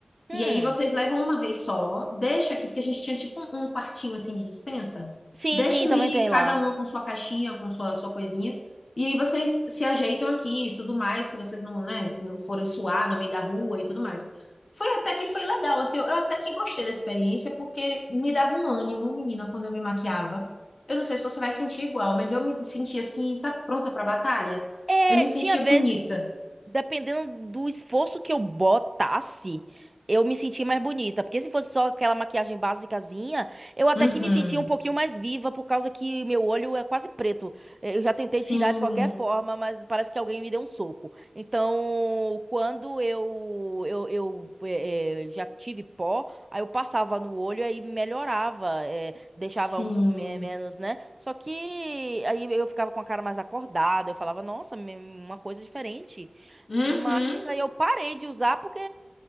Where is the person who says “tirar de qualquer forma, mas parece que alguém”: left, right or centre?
Right